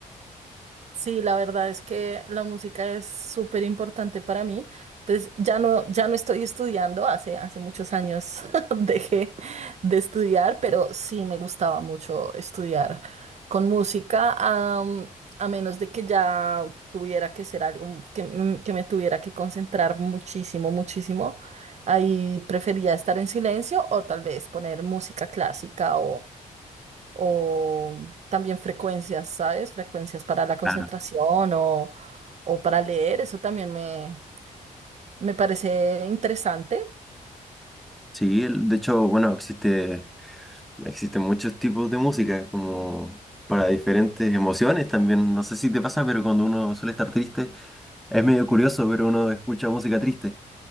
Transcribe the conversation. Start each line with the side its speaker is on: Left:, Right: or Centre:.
Right: Sí, la verdad es que la música es súper importante para mí. Entonces, ya no, ya no estoy estudiando, hace, hace muchos años <laughs> dejé de estudiar, pero sí me gustaba mucho estudiar con música, am, a menos de que ya tuviera que ser algo que, m- que me tuviera que concentrar muchísimo, muchísimo. Ahí prefería estar en silencio o tal vez poner música clásica o también frecuencias, ¿sabes? Frecuencias para la concentración
Centre: Claro.
Right: o, o para leer, eso también me, me parece interesante.
Centre: Sí, el- de hecho, bueno, existe, existen muchos tipos de música como para diferentes emociones también. No sé si te pasa, pero cuando uno suele estar triste, es medio curioso, pero uno escucha música triste.